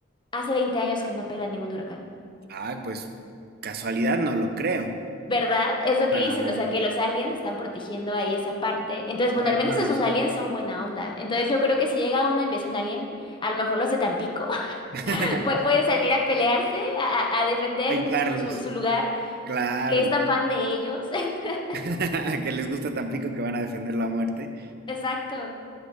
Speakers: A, on the left; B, on the right.
A: hace 20 años que no pega ningún huracán.
B: Ah, pues casualidad no lo creo.
A: ¿Verdad? Es lo
B: Claro,
A: que dicen, o sea, que los aliens están protegiendo ahí esa parte. Entonces,
B: por
A: bueno,
B: alguna
A: al menos esos
B: razón.
A: aliens son buena onda. Entonces, yo creo que si llega una invasión alien, a lo mejor los de Tampico <laughs>
B: <laughs>
A: pue- pueden salir a pelearse, a, a- a defender
B: Ayudarlos.
A: su, su, su lugar,
B: Claro.
A: que es tan fan de ellos. <laughs>
B: <laughs> Que les gusta Tampico que van a defender la muerte.
A: Exacto.